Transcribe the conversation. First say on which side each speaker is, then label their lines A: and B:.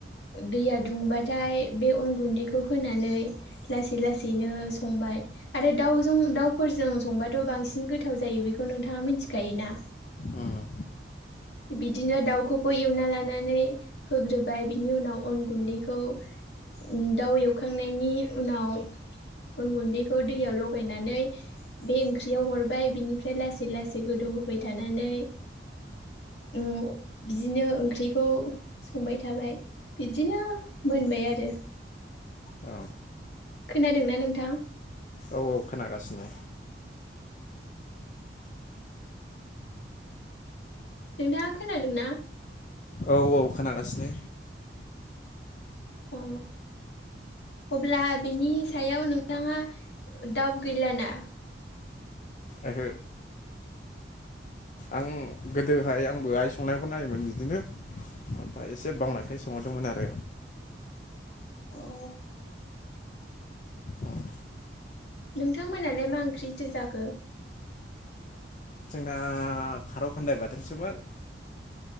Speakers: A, on the left; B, on the left.
A: दैया दुंबाथाय बे अन गुन्दैखौ होनानै लासै लासैनो संबाय आरो दाउजों दाउफोरजों संबाथ' बांसिन गोथाव जायो बेखौ नोंथाङा मिथिखायोना,
B: उम
A: बिदिनो दाउखौबो एवना लानानै होग्रोबाय बिनि उनाव अन गुन्दैखौ उम दाउ एवखांनायनि उनाव अन गुन्दैखौ दैयाव लगायनानै बे ओंख्रियाव हरबाय बिनिफ्राय लासै लासै गोदौ होबाय थानानै उम बिदिनो ओंख्रिखौ संबाय थाबाय बिदिनो मोनबाय आरो।
B: औ
A: खोनादोंना नों? थां
B: औ औ खोनागासिनो।
A: नोंथाङा खोनादोंना?
B: औ औ खोनागासिनो।
A: अ अब्ला बिनि सायाव नोंथाङा दाउट गैलाना?
B: ओहो आं गोदोहाय आंबो आइ संनायखौ नायोमोन बिदिनो ओमफ्राय एसे एसे बावनायखाय सोंहरदोंमोन आरो।
A: औ
B: आं
A: नोंथांमोनालाय मा ओंख्रिथो जाखो?
B: जोंना खारौ खानदाय बाथोनसोमोन।